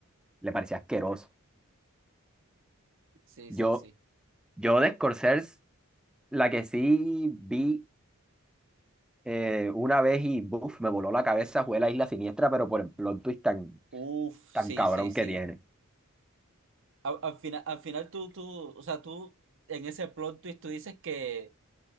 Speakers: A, in the centre; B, on the right (about 60°).
A: le parecía asqueroso.
B: sí,
A: Yo,
B: sí, sí.
A: yo de Scorsese, la que sí vi eh, una vez y buf, me voló la cabeza fue La Isla Siniestra, pero por el plot twist tan,
B: Uf,
A: tan
B: sí,
A: cabrón
B: sí, sí.
A: que tiene.
B: Al, al final, al final tú, tú, o sea, tú en ese plot twist tú dices que